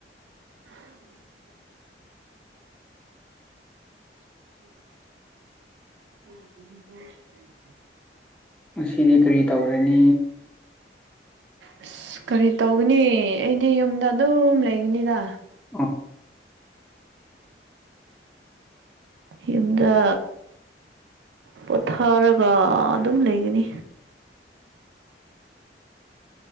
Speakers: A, on the right (about 80°); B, in the centre.
A: <inaudible> ꯎ
B: ꯁꯤꯗꯤ ꯀꯔꯤ ꯇꯧꯔꯅꯤ
A: ꯑꯁ ꯀꯔꯤ ꯇꯧꯒꯅꯤ ꯑꯩꯗꯤ ꯌꯨꯝꯗ ꯑꯗꯨꯝ ꯂꯩꯒꯅꯤꯗ
B: ꯎ
A: ꯌꯨꯝꯗ ꯄꯣꯊꯥꯔꯒ ꯑꯗꯨꯝ ꯂꯩꯒꯅꯤ